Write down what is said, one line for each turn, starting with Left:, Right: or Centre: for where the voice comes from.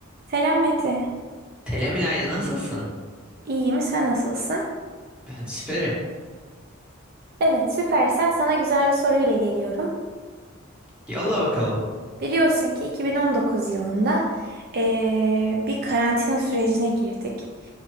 Right: Selam Mete.
Centre: Selam İlayda, nasılsın?
Right: İyiyim, sen nasılsın?
Centre: Ben süperim.
Right: Evet, süpersen sana güzel bir soruyla geliyorum.
Centre: Yolla bakalım.
Right: Biliyorsun ki 2019 yılında eee, bir karantina sürecine girdik.